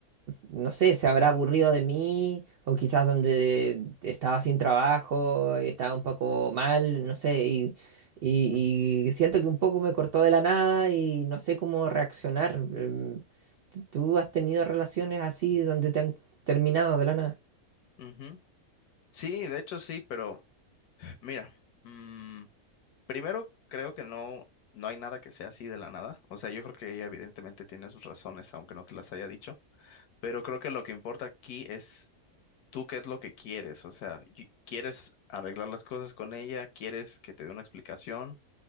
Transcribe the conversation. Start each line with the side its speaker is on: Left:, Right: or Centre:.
Right: no sé, se habrá aburrido de mí o quizás donde estaba sin trabajo, estaba un poco mal, no sé, y, y,
Left: Mm.
Right: y siento que un poco me cortó de la nada y no sé cómo reaccionar. Em, ¿Tú has tenido relaciones así donde te han terminado de la
Left: Ujú. Sí, de hecho sí, pero mira, mm, primero creo que no, no hay nada que sea así de la nada. O sea, yo creo que ella evidentemente tiene sus razones, aunque no te las haya dicho. Pero creo que lo que importa aquí es tú qué es lo que quieres, o sea, y- ¿quieres arreglar las cosas con ella? ¿Quieres que te dé una explicación?